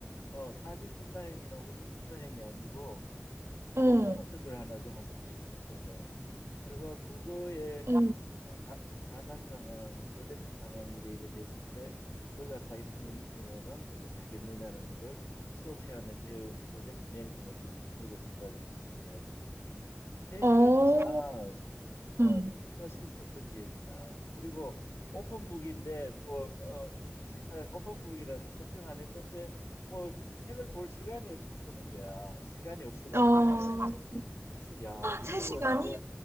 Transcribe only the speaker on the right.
어.
어.
어.
음.
어.
세시간이